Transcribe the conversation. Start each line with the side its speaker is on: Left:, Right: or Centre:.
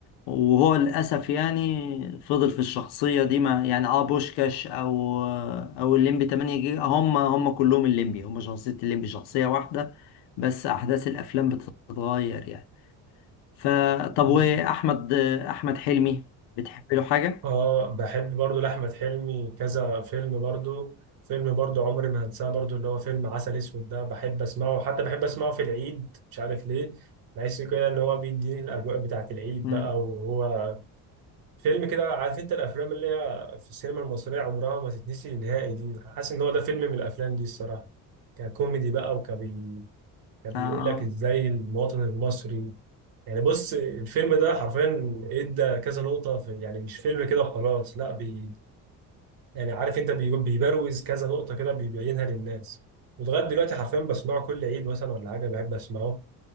Left: وهو للأسف يعني فضل في الشخصية دي ما يعني اه بوشكاش أو أو الليمبي 8 جيجا هم هم كلهم الليمبي هم شخصية الليمبي شخصية واحدة بس أحداث الأفلام بتتغير يعني فطب
Right: مم.
Left: وأحمد أحمد حلمي بتحب له حاجة؟
Right: اه بحب برضو لاحمد حلمي كذا فيلم برضو فيلم برضو عمري ما هنساه برضو اللي هو فيلم عسل اسود ده بحب اسمعه حتى بحب اسمعه في العيد مش عارف ليه بحس كده اللي هو بيديني الاجواء بتاعت العيد
Left: مم.
Right: بقى وهو فيلم كده عارف انت الافلام اللي هي في السينما المصريه عمرها ما تتنسي نهائي دي حاسس ان هو ده فيلم من الافلام دي الصراحه ككوميدي بقى وكبي كبيقول
Left: آه.
Right: لك ازاي المواطن المصري يعني بص الفيلم ده حرفيا ادى كذا نقطه في يعني مش فيلم كده وخلاص لا بي يعني عارف انت بي- بيبروز كذا نقطه كده بيبينها للناس ولغايه دلوقتي حرفيا بسمعه كل عيد مثلا ولا حاجه بحب اسمعه